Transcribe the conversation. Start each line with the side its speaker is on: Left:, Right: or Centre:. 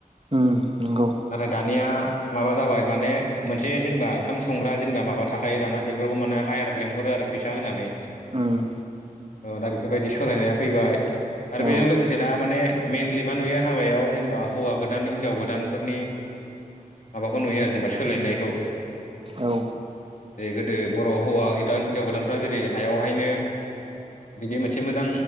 Right: उम नंगौ।
Left: नाथाय दानिया माबा जाबाय माने मोनसे जेनेबा ओंखाम संग्रा जेनेबा माबा थाखायो दाना बेफोरखौ माने हायार लेंहरो आरो फैसा होनानै
Right: उम
Left: ओ दा बेफोर बायदि सोलायनाया फैबाय आरो बेजों
Right: औ
Left: लोगोसे दा माने मेइनलि मा नुयो हाबायाव जेनेबा हौवा गोदान हिनजाव गोदानफोरनि माबाखौ नुयो आरो जेनेबा सोलायनायखौ।
Right: औ।
Left: जै गोदो बर' हौवा गोदान हिनजाव गोदानफ्रा जेरै हायावहायनो बिदि मोनसे मोजां